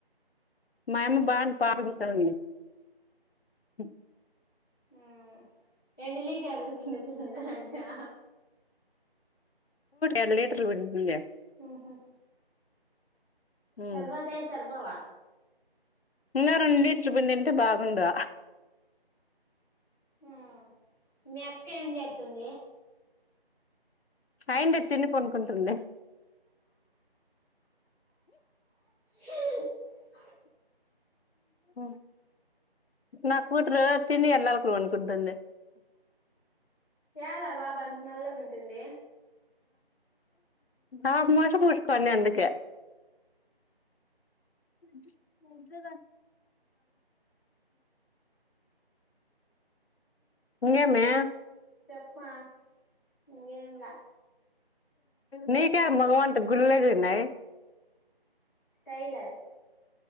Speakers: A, on the left; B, on the left.
A: మా యమ్మ బర్రే పాలు పీతుకుతాంది హ
B: మ్మ్ ఎన్ని లీటర్లు ఇస్తుంది రాజా
A: ఎన్ని లీటర్లు పిండుతుంది
B: మ్మ్ హ్హ్
A: ఉమ్
B: తర్వాతయ్ సరిపోవా
A: ఇంకా రెండు లీటర్లు పిండి ఉంటే బాగుండు
B: మ్మ్ మీ అక్క ఏం చేస్తుంది
A: అయిండి
B: ై
A: తిని పనుకుంటుంది
B: హ
A: ఆ నాకు త్రీ కి తెలీవచ్చింది ఎల్లెలూకాల పండుకుంటంది
B: ఇయ్యాల బాగా నాలాతగా ఉంటుంది
A: ఆమాషపోసుకోండి అందుకే జ ఏందే అమ్మే
B: చెప్పమ్మా ఇంకేంలే
A: నీకేం మొకమాంత గుల్లగున్నాయి
B: స్టైల్ అది